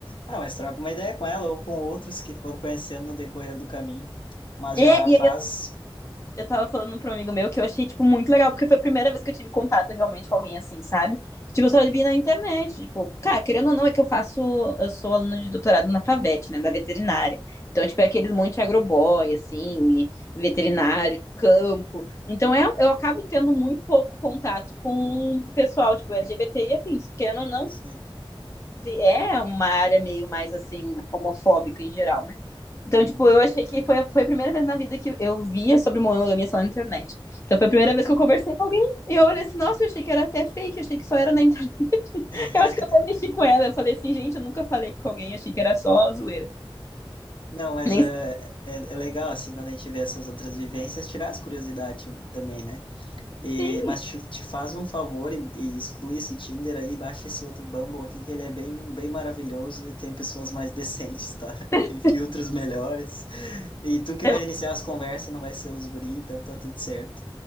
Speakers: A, on the left; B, on the left.
A: Ah, mas troca uma ideia com ela ou com outros que foram conhecendo no decorrer do caminho. Mas
B: É,
A: já faz.
B: e eu tava falando pra um amigo meu que eu achei, tipo, muito legal, porque foi a primeira vez que eu tive contato realmente com alguém assim, sabe? Tipo, eu só
A: uhum,
B: vi na internet, tipo, cara, querendo ou não, é que eu faço, eu sou aluna de doutorado na FAVET, né, da veterinária. Então, tipo, é aqueles monte de agroboy, assim, e veterinário,
A: Hum,
B: campo. Então, é, eu acabo tendo muito pouco contato com o pessoal, tipo, LGBT e afins. Querendo ou não,
A: sim.
B: é uma área meio mais assim homofóbica em geral, né? Então,
A: uhum.
B: tipo, eu achei que foi, foi a primeira vez na vida que eu via sobre monogamia só na internet. Então, foi a primeira vez que eu conversei com alguém e eu olhei assim, nossa, eu achei que era até fake, eu achei que só era na internet. <laughs>
A: <laughs>
B: Eu acho que eu até mexi com ela. Eu falei assim, gente, eu nunca falei com alguém, achei que era só zoeira.
A: Não, mas
B: Nem
A: é,
B: sei.
A: é, é legal, assim, quando a gente vê essas outras vivências, tirar as curiosidades também, né? E,
B: Sim,
A: mas te, te faz um favor e, e exclui esse Tinder aí, baixa esse outro Bumble aqui, que ele é bem, bem maravilhoso e tem pessoas mais decentes, tá? <laughs>
B: <laughs>
A: E filtros melhores. E tu que
B: eu
A: vai
B: vou
A: iniciar as conversas, não vai ser os guri, então tá tudo certo.